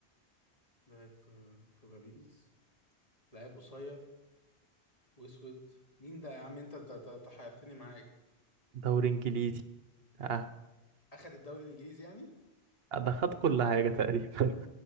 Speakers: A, on the left; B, on the right.
A: لعب في في باريس لعيب قصير واسود مين ده يا عم انت انت أنت- أنت حيرتني معاك
B: دوري إنجليزي اه
A: اخد الدوري الانجليزي يعني
B: ده خد كل حاجة تقريبا